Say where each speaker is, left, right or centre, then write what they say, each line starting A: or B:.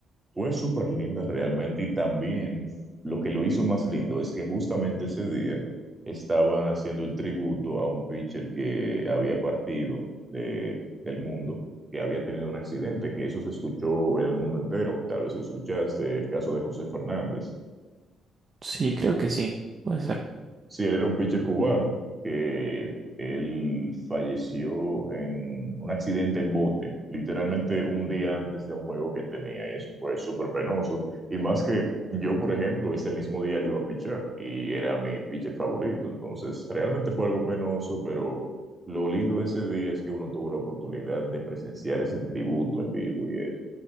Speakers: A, on the right; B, on the right.
A: Fue súper linda realmente y también lo que lo hizo más lindo es que justamente ese día estaban haciendo el tributo a un pitcher que había partido de, del mundo, que había tenido un accidente, que eso se escuchó en el mundo entero, tal vez lo escuchaste, el caso de José Fernández.
B: Sí, creo que sí, puede ser.
A: Sí, él era un pitcher cubano que él falleció en un accidente en bote, literalmente un día antes de un juego que tenía, y eso fue súper penoso. Y más que yo, por ejemplo, ese mismo día le iba a pichar y era mi pitcher favorito. Entonces, realmente fue algo penoso, pero lo lindo de ese día es que uno tuvo la oportunidad de presenciar ese tributo en vivo y eso.